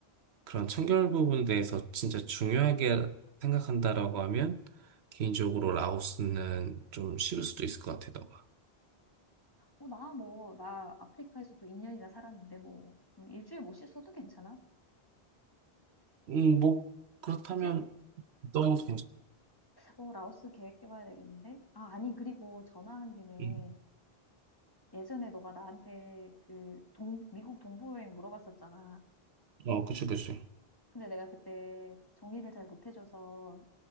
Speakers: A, on the right (about 80°); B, on the left (about 20°).
A: 그런 청결 부분에 대해서 진짜 중요하게 생각한다라고 하면 개인적으로 라오스는 좀 싫을 수도 있을 것 같아, 너가.
B: 어, 나 뭐, 나 아프리카에서도 2년이나 살았는데 뭐, 음, 일주일 못 씻어도 괜찮아.
A: 음, 뭐 그렇다면
B: 그치?
A: 너무 괜찮.
B: 어, 라오스 계획해봐야 되겠는데? 아, 아니, 그리고 전화한 김에
A: 음.
B: 예전에 너가 나한테 그 동, 미국 동부 여행 물어봤었잖아.
A: 어, 그치, 그치.
B: 근데 내가 그때 정리를 잘 못해줘서